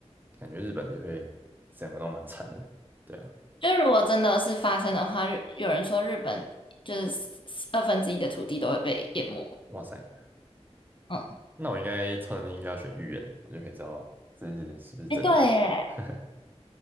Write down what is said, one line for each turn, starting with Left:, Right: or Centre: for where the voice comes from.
Right: 感觉日本就会整个都蛮惨的，对啊，
Left: 就如果真的是发生的话，日有人说日本就是四二分之一的土地都会被淹没。
Right: 哇塞，
Left: 嗯，
Right: 那我应该超能力应该要选预言的，我就可以知道这是是不是真的。
Left: 哎，对耶，
Right: <laughs>